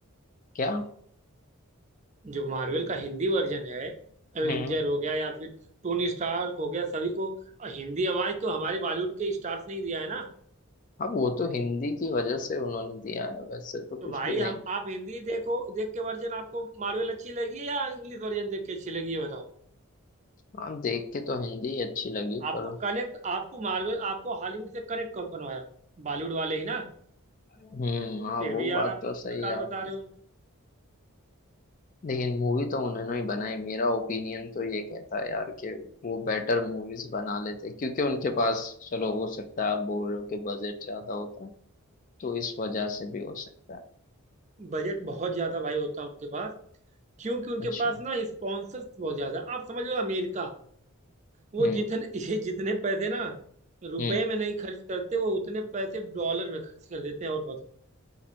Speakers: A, on the left; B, on the right.
A: क्या
B: जो मार्वल का हिंदी वर्जन है अवेंजर
A: हम्म
B: हो गया या फिर टोनी स्टार्क हो गया सभी को अ, हिंदी आवाज तो हमारे बॉलीवुड के स्टार्स ने ही दिया है ना
A: अब वो तो हिंदी की वजह से उन्होंने दिया है वैसे तो कुछ
B: तो भाई
A: भी
B: हम
A: नहीं
B: आप हिंदी देखो देख के वर्जन आपको मार्वल अच्छी लगी है या इंग्लिश वर्जन देख के अच्छी लगी ये बताओ
A: हाँ देख के तो हिंदी अच्छी लगी
B: आपको
A: पर
B: कनेक्ट आपको मार्वल आपको हॉलीवुड से कनेक्ट कौन करवाया बॉलीवुड वाले ही ना
A: हम्म हाँ
B: फिर
A: वो
B: भी यार
A: बात
B: आप
A: तो सही
B: बेकार
A: है आपकी
B: बता रहे हो उनको
A: लेकिन मूवी तो उन्होंने ही बनाई मेरा ओपिनियन तो ये कहता है यार कि वो बेटर मूवीज बना लेते क्योंकि उनके पास चलो हो सकता है आप बोल रहे हो कि बजट ज्यादा होता है तो इस वजह से भी हो सकता है
B: बजट बहुत ज्यादा भाई होता है उनके पास क्योंकि उनके
A: अच्छा
B: पास ना स्पॉन्सर्स बहुत ज्यादा आप समझ लो अमेरिका वो
A: हम्म
B: जितने <laughs> ये जितने पैसे ना रुपए
A: हम्म
B: में नहीं खर्च करते वो उतने पैसे डॉलर में खर्च कर देते हैं और बताओ